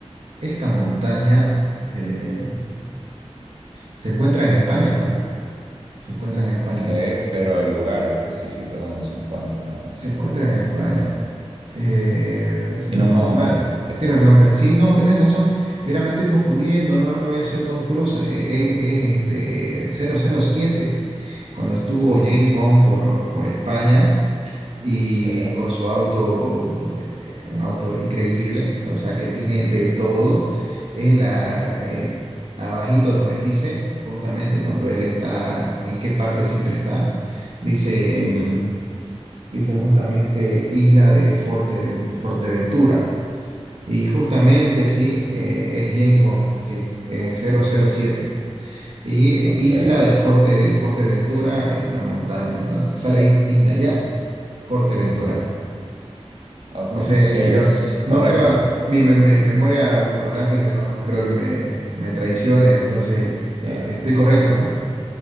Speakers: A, on the right; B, on the right.
A: esta montaña eh, se encuentra en España, pa. Se encuentra en España.
B: Ok, pero el lugar específico donde se encuentra la montaña
A: Se encuentra
B: de
A: en España.
B: Tindaya.
A: Eh, si
B: Tiene
A: no estoy
B: un nombre
A: mal.
B: específico.
A: Tiene un nombre. Sí, no, tenés razón. Mira, me estoy confundiendo. No, no había sido Tom Cruise. eh, Es, es, este cero cero siete Cuando estuvo James
B: Mm.
A: Bond por, por España y
B: Sí.
A: con su auto, eh, un auto increíble, o sea, que tiene de todo. Es la, eh, abajito, ¿no? Es, dice, justamente cuando él está, en qué parte siempre está. Dice
B: ujú,
A: Dice justamente Isla de Forteven- Forteventura. Y justamente, sí, eh, es James Bond, sí, eh, cero cero siete Y eh,
B: Ok.
A: Isla de Forte, Forteventura en la montaña, ¿no? Sale ahí Tindaya, Forteventura.
B: ajá, Ok.
A: No sé,
B: Es
A: eh, yo no
B: correcto.
A: creo, mi, me- mi memoria fotográfica no, no creo que me, me traicione, entonces eh, eh,
B: Ah,
A: estoy correcto, ¿no?